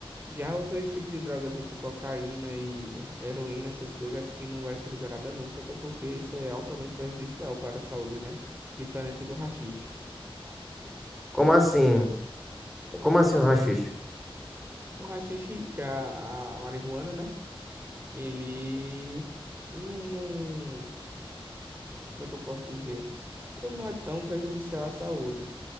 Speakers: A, on the right; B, in the centre.
A: Já outros tipos de droga, tipo cocaína e heroína, essas coisas, acho que não vai ser liberada nunca, até porque isso é altamente prejudicial para a saúde, né? Diferente do haxixe.
B: Como assim? Como assim o haxixe?
A: É, o haxixe, que é a, a marihuana, né? Ele não, não- Como é que eu posso dizer? Ele não é tão prejudicial à saúde.